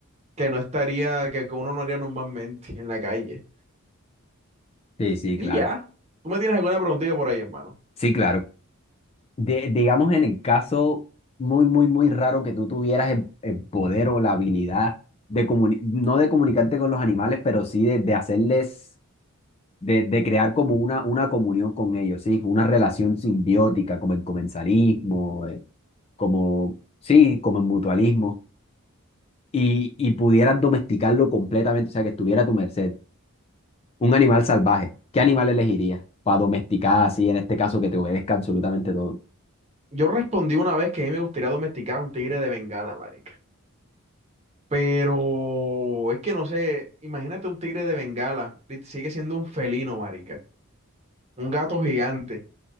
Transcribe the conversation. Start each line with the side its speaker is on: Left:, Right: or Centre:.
Right: que no estaría, que, que uno no haría normalmente en la calle.
Left: Sí, sí,
Right: Y
Left: claro.
Right: ya, tú me tienes alguna preguntita por ahí, hermano.
Left: Sí, claro. De- digamos en el caso muy, muy, muy raro que tú tuvieras el, el poder o la habilidad de comuni- no de comunicarte con los animales, pero sí de, de hacerles, de, de crear como una, una comunión con ellos, sí, una relación simbiótica, como el comensalismo, eh, como, sí, como el mutualismo, y, y pudieras domesticarlo completamente, o sea, que estuviera a tu merced. Un animal salvaje, ¿qué animal elegirías para domesticar así, en este caso, que te obedezca absolutamente todo?
Right: Yo respondí una vez que a mí me gustaría domesticar a un tigre de Bengala, marica. Pero es que no sé, imagínate un tigre de Bengala, li- sigue siendo un felino, marica. Un gato gigante.